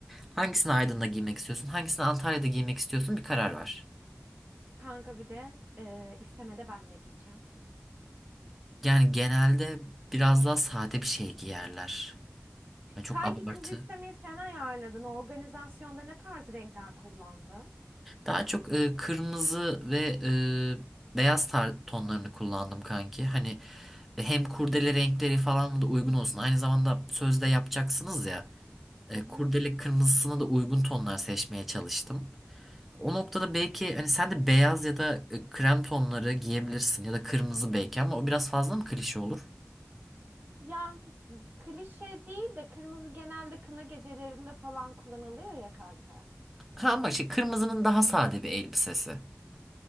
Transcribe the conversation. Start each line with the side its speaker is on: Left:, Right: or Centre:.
Centre: Hangisini Aydın'da giymek istiyorsun? Hangisini Antalya'da giymek istiyorsun? Bir karar ver.
Right: Kanka bir de e, istemede ben ne giyeceğim?
Centre: Yani genelde biraz daha sade bir şey giyerler. Yani çok
Right: Kanki
Centre: abartı.
Right: kız istemeyi sen ayarladın. Organizasyonda ne tarz renkler kullandın?
Centre: Daha çok e, kırmızı ve e, beyaz tar- tonlarını kullandım kanki. Hani hem kurdele renkleri falan da uygun olsun. Aynı zamanda sözde yapacaksınız ya. E,
Right: Hı hı.
Centre: kurdele kırmızısına da uygun tonlar seçmeye çalıştım. O noktada belki hani sen de beyaz ya da e, krem tonları giyebilirsin ya da kırmızı belki ama o biraz fazla mı klişe olur?
Right: Ya klişe değil de kırmızı genelde kına gecelerinde falan kullanılıyor ya kanka.
Centre: Ha ama şey kırmızının daha sade bir elbisesi.